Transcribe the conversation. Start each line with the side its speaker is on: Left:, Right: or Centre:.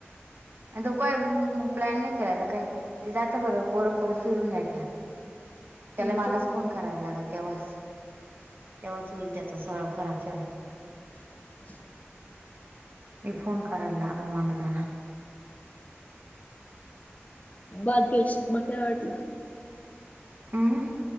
Right: आणि तो काय मग प्लॅन नाही केलाय काय? ते जाते बरोबर पोरं पोरं फिरून येत्या.
Left: <inaudible>
Right: त्याला मलाच
Left: तेच
Right: फोन करायला लागेल तेव्हाच, तेव्हाच होईल त्याच सगळ खराब खेळ.
Left: <inaudible>
Right: मी फोन करायल लागलं मला त्याला.
Left: बाकेश मग काय वाटलं.
Right: अमं..